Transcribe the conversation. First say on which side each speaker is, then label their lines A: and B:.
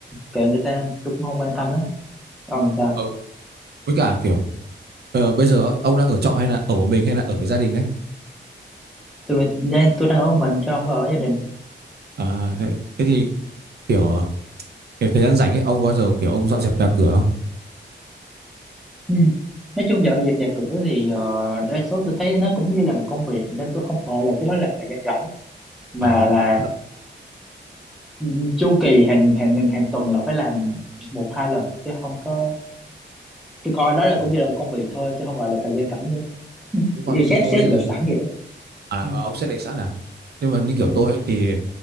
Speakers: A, in the centre; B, on the right (about 60°).
A: kệ người ta tôi cũng không quan tâm lắm ông sao
B: ờ, với cả kiểu ờ, bây giờ ấy, ông đang ở trọ hay là ở một mình hay là ở với gia đình đấy
A: tôi đang tôi đang ở một mình chứ không có ở gia đình
B: à, thế, thế thì kiểu kiểu thời gian rảnh ấy ông có bao giờ kiểu ông dọn dẹp nhà cửa không
A: ừ. nói chung dọn dẹp nhà cửa thì ờ, đa số tôi thấy nó cũng như là một công việc nên tôi không gọi là cái đó là thời gian rảnh mà
B: à
A: là
B: tức là-
A: ờ, chu kỳ hàng hàng hàng tuần là phải làm một hai lần chứ không có tôi coi đó là
B: ừ.
A: cũng như là một công việc thôi chứ không gọi là thời gian rảnh nữa ừ.
B: thế còn
A: Giống như xét
B: như tôi
A: xét lịch
B: thì
A: sẵn vậy đó
B: à,
A: ừ.
B: à, ông sẽ để sẵn à nhưng mà như
A: Ừ.
B: kiểu tôi ấy, thì